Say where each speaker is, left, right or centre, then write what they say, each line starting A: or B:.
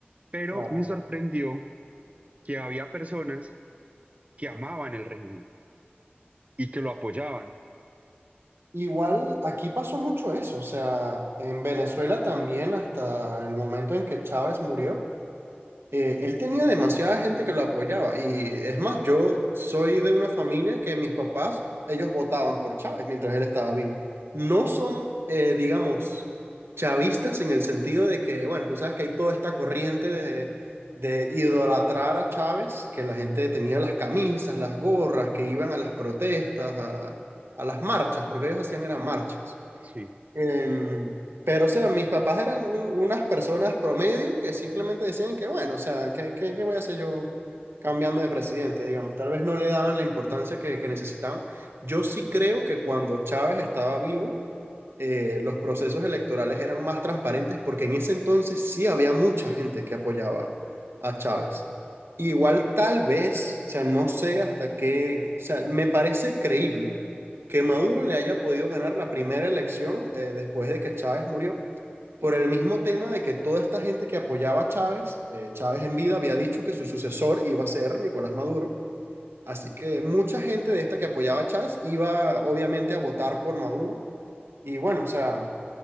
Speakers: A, on the right; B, on the right.
A: Pero
B: Claro.
A: me sorprendió que había personas que amaban el régimen y que lo apoyaban,
B: Igual aquí pasó mucho eso, o sea, en Venezuela también hasta el momento en que Chávez murió. eh, él tenía demasiada gente que lo apoyaba. Y es más, yo soy de una familia que mis papás, ellos votaban por Chávez mientras él estaba vivo. No son, eh, digamos, chavistas en el sentido de que, bueno, tú sabes que hay toda esta corriente de, de idolatrar a Chávez, que la gente tenía las camisas, las gorras, que iban a las protestas, a, a las marchas, porque ellos hacían eran marchas.
A: sí.
B: Em, pero, o sea, mis papás eran un- unas personas promedio que simplemente decían que, bueno, o sea, ¿qué, qué, qué voy a hacer yo cambiando de presidente? Digamos, tal vez no le daban la importancia que, que necesitaban. Yo sí creo que cuando Chávez estaba vivo, eh, los procesos electorales eran más transparentes porque en ese entonces sí había mucha gente que apoyaba a Chávez. Igual tal vez, o sea, no sé hasta qué, o sea, me parece creíble que Maduro le haya podido ganar la primera elección eh, después de que Chávez murió, por el mismo tema de que toda esta gente que apoyaba a Chávez, eh, Chávez en vida había dicho que su sucesor iba a ser Nicolás Maduro, así que mucha gente de esta que apoyaba a Chávez iba obviamente a votar por Maduro. Y bueno, o sea,